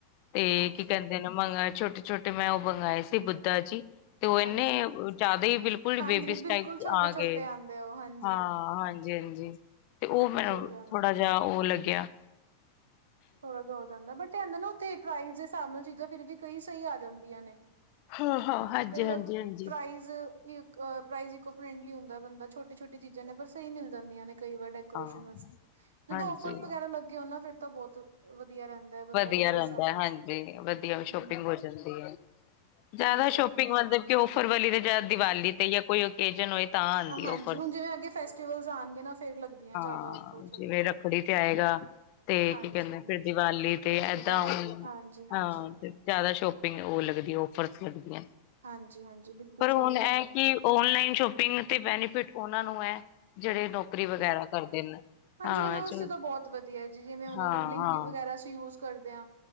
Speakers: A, on the left (about 45°); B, on the right (about 65°).
A: ਤੇ
B: ਹਾਂਜੀ
A: ਕੀ ਕਹਿੰਦੇ ਮੰ ਛੋਟੇ ਛੋਟੇ ਮੈਂ ਉਹ ਮੰਗਵਾਏ ਸੀ ਬੁੱਧਾ ਜੀ। ਤੇ ਉਹ
B: ਹਾਂਜੀ
A: ਇਹੰਨੇ ਜ਼ਿਆਦਾ ਹੀ ਬਿਲਕੁਲ
B: ਹਾਂਜੀ
A: ਬੇਬੀ
B: ਬਿਲਕੁਲ
A: ਟਾਈਪ
B: ਛੋਟੇ
A: ਆ
B: ਛੋਟੇ
A: ਗਏ
B: ਆਉਂਦੇ ਆ ਉਹ ਹਾਂਜੀ
A: ਹਾਂ ਹਾਂਜੀ। ਹਾਂਜੀ ਤੇ ਉਹ
B: ਬਿਲਕੁਲ
A: ਮੈਨੂੰ
B: ਸਹੀ ਗੱਲ
A: ਥੋੜਾ ਜਹਾ ਉਹ ਲੱਗਿਆ
B: ਥੋੜ੍ਹਾ ਜਿਹਾ ਹੋ ਜਾਂਦਾ ਬਟ ਕਹਦਾ ਨਾ ਉੱਥੇ ਪ੍ਰਾਈਜ਼ ਦੇ ਹਿਸਾਬ ਨਾਲ ਚੀਜ਼ਾਂ ਫਿਰ ਵੀ ਕਈ ਸਹੀ ਆ ਜਾਂਦੀਆਂ ਨੇ।
A: ਹਾਂ ਹਾਂ। ਹਾਂਜੀ
B: ਕਈ ਵ
A: ਹਾਂਜੀ ਹਾਂਜੀ
B: ਪ੍ਰਾਈਜ਼ ਅਹ ਪ੍ਰਾਈਜ਼ ਇਕੋ ਫਰੈਂਡਲੀ ਹੁੰਦਾ ਬੰਦਾ ਛੋਟੀ ਛੋਟੀ ਚੀਜ਼ਾਂ ਨੇ ਪਰ ਸਹੀ ਮਿਲ ਜਾਂਦੀਆਂ ਨੇ ਕਈ ਵਾਰ। ਜਦੋਂ
A: ਹਾਂ ਹਾਂਜੀ
B: ਫਰ ਵਰਾ ਲਗੇ ਫਿਰ ਬਹੁਤ ਵਧੀਆ ਰਹਿੰਦਾ। ਹੈ ਬੰਦਾ
A: ਵਧੀਆ ਰਹਿੰਦਾ
B: ਸ਼ੋਪਿੰਗ
A: ਹਾਂਜੀ ਵਧੀਆ ਸ਼ੋਪਿੰਗ
B: ਹੂੰ
A: ਹੋ ਜਾਂਦੀ ਹੈ ਜ਼ਿਆਦਾ
B: ਹਾਂਜੀ
A: ਸ਼ੋਪਿੰ ਮਤਲਬ ਕਿ ਔਫਰ ਵਾਲੀ ਤੇ ਜਾਂਦ ਦੀਵਾਲੀ ਤੇ ਜਾਂ ਕੋਈ ਓਕੇਜਨ ਹੋਏ ਤਾਂ ਆਉਂਦੀ
B: ਹਾਂਜੀ
A: ਉਹ ਫ
B: ਹੁਣ ਜਿਵੇਂ ਅੱਗੇ ਫੈਸਟੀਵਲਸ ਆਣਗੇ ਨਾ ਫੇਰ ਲੱਗਦੀਆਂ
A: ਹਾਂ
B: ਜ਼ਿਆਦਾ ਔਫਰਸ ਵਗੈਰਾ
A: ਜਿਵੇਂ ਰੱਖੜੀ ਤੇ ਆਏਗ ਤੇ
B: ਹਾਂਜੀ
A: ਕੀ ਕਹਿੰਦੇ ਫਿਰ ਦੀਵਾਲੀ ਤੇ
B: ਦੀਵਾਲੀ
A: ਏਦਾਂ
B: ਹਾਂਜੀ ਹਾਂਜੀ
A: ਹਾਂ ਜਿਆਦਾ ਸ਼ੋਪਿੰਗ ਉਹ ਲੱਗਦੀ ਔਫਰਸ ਲੱਗਦੀਆਂ।
B: ਹਾਂਜੀ ਹਾਂਜੀ ਬਿਲਕੁਲ
A: ਪਰ ਹੁਣ
B: ਸਹੀ ਗੱਲ
A: ਇਹ
B: ਆ।
A: ਕਿ ਓਨਲਾਈਨ ਸ਼ੋਪਿੰਗ ਤੇ ਬੈਨੀਫਿਟ ਉਹਨਾਂ ਨੂੰ ਹੈ ਜਿਹੜੇ ਨੌਕਰੀ ਵਗੈਰਾ ਕਰਦੇ ਨੇ।
B: ਹਾਂਜੀ
A: ਹਾਂ
B: ਉਹ ਵਾਸਤੇ
A: ਜੋ
B: ਤਾਂ ਬਹੁਤ ਵਧੀਆ ਜੀ ਜਿਵੇ ਉਹ
A: ਹਾਂ
B: ਬਲਿੰਕਟ
A: ਹਾਂ
B: ਵਗੈਰਾ ਯੂਜ ਕਰਦੇ ਹ